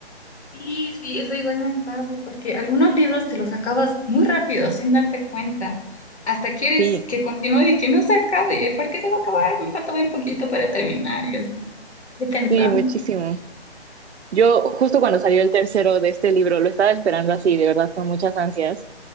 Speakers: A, on the left; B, on the right.
A: Sí, sí, eso igual me pasa, porque algunos libros te los acabas muy rápido, sin darte cuenta. Hasta quieres
B: Sí,
A: que continúe y que no se acabe. ¿Y el por qué se va a acabar? Me falta bien poquito para terminar. Y yo así, estoy pensando.
B: sí, muchísimo. Yo justo cuando salió el tercero de este libro, lo estaba esperando así, de verdad, con muchas ansias.